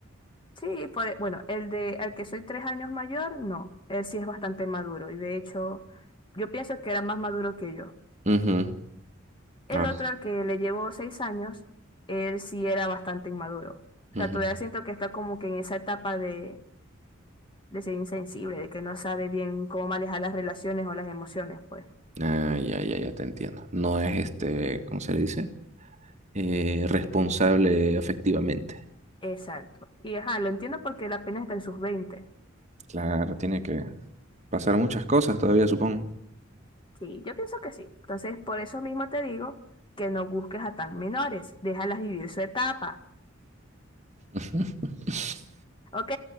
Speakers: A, on the left; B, on the right.
A: Sí, por- bueno, el de al que soy tres años mayor, no, él sí es bastante maduro y de hecho yo pienso que era más maduro que yo.
B: Ujú.
A: El
B: Ah,
A: otro al que le llevo seis años, él sí era bastante inmaduro. O
B: ujú.
A: sea, todavía siento que está como que en esa etapa de, de ser insensible, de que no sabe bien cómo manejar las relaciones o las emociones, pues.
B: Ah, ya, ya, ya te entiendo. No es este, ¿cómo se le dice? eh, responsable afectivamente.
A: Exacto. Y ajá, lo entiendo porque él apenas está en sus veinte.
B: Claro, tiene que pasar muchas cosas todavía, supongo.
A: Sí, yo pienso que sí. Entonces, por eso mismo te digo que no busques a tan menores, déjalas vivir su etapa.
B: <laughs>
A: Ok,